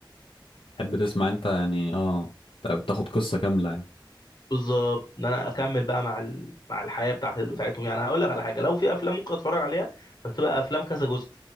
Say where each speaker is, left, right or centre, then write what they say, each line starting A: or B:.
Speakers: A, on the left; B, on the left.
A: تحب تسمع انت يعني اه بتاخد قصه كامله يعني
B: بالظبط ان انا اكمل بقى مع ال... مع الحياه بتاعت بتاعتهم يعني هقول لك على حاجه لو في افلام ممكن اتفرج عليها بتبقى افلام كذا جزء